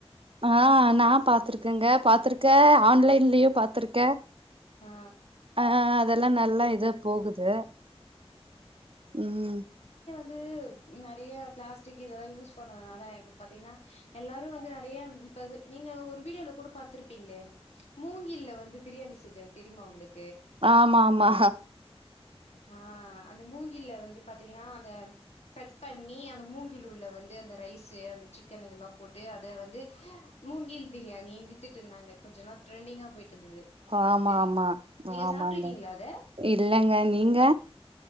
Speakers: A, on the right; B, on the left.
A: ஆஹ் நான் பாத்துருக்கேங்க பாத்துருக்கேன் ஆன்லைன்லயும் பாத் பாத்திருக்க
B: ஆ
A: ஆஹ் அதெல்லா நல்லா இது போகுது உம்
B: த்து நெறைய பிளாஸ்டிக் இதெல்லா யூஸ் பண்றதான்னால இப்பாத்திங்கன எல்லாரும் வந்து நெறைய இப்ப நீங்க ஒரு வீடியோல கூட பாத்திருப்பேங்களே மூங்கில்ல வந்து து பிரியாணி செஞ்சேன் தெரியுமா உங்களுக்
A: ஆமா ஆமா
B: ஆஹ் அந்த மூங்கில்ல வந்து பாத்தீங்கன்னா அந்த கட் பண்ணி அந்த மூங்கில் உள்ள வந்து அந்த ரைஸ்ஸு அந்த சிக்கன் இதெல்லாம் போட்டு அத வந்து மூங்கில் பிரியாணின்னு வித்துட்டு இருந்தாங்க கொஞ்ச நாள் ட்ரெண்டிங்கா போயிட்டு இருந்தது
A: ஆமா
B: தெரியுமா
A: ஆமா
B: நீங்க
A: ஆமாங்க
B: சாப்ட்ருக்கீங்களா அத
A: இல்லங்க நீங்க